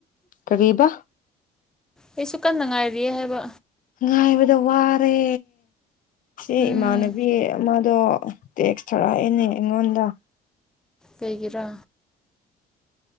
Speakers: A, on the left; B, in the centre.
A: ꯀꯔꯤꯕꯥ
B: ꯑꯩꯁꯨ ꯀꯟꯅ ꯉꯥꯏꯔꯤꯌꯦ ꯍꯥꯏꯕ
A: ꯉꯥꯏꯕꯗ ꯋꯥꯔꯦ ꯁꯤ
B: ꯎꯝ
A: ꯏꯃꯥꯟꯅꯕꯤ ꯑꯝꯗꯣ ꯑꯗꯣ ꯇꯦꯛꯁ ꯊꯔꯛꯑꯦꯅꯦ ꯑꯩꯉꯣꯟꯗ
B: ꯀꯩꯒꯤꯔꯥ